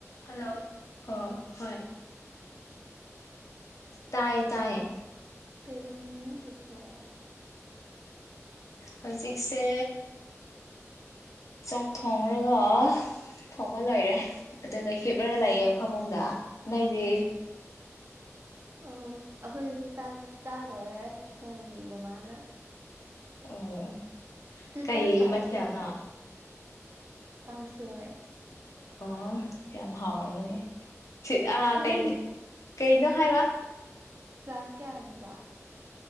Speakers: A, on the left (about 80°); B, on the right (about 50°).
A: hello ꯍꯣ ꯍꯣꯏ ꯇꯥꯏꯌꯦ ꯇꯥꯏꯌꯦ
B: ꯀꯩꯗꯧꯔꯤꯅꯣ ꯁꯤꯁꯇꯔ
A: ꯍꯧꯖꯤꯛꯁꯦ ꯆꯥꯛ ꯊꯣꯡꯔꯒ ꯊꯣꯡꯕ ꯂꯣꯏꯔꯦ ꯑꯗꯨꯒ ꯍꯤꯞꯂꯒ ꯂꯩꯌꯦ ꯐꯃꯨꯡꯗ ꯅꯪꯗꯤ
B: ꯑꯣ ꯑꯩꯈꯣꯏꯁꯨ ꯆꯥꯛ ꯆꯥꯗꯧꯔꯦ ꯊꯣꯡꯉꯤ ꯃꯃꯥꯅ
A: ꯑꯣ
B: ꯁꯤꯁꯇꯔ
A: ꯀꯩ
B: ꯀ꯭ꯂꯥꯁ
A: ꯃꯊꯦꯜꯅꯣ
B: ꯀꯌꯥꯅꯣ ꯀꯥꯡꯁꯣꯏ
A: ꯑꯣ ꯌꯥꯝ ꯍꯥꯎꯔꯝꯒꯅꯦ ꯁꯤ ꯑ
B: ꯈꯪꯗꯦ
A: ꯀꯩ ꯀꯩꯅꯣ ꯍꯥꯏꯕ
B: ꯀ꯭ꯂꯥꯁ ꯀꯌꯥꯅꯣꯕ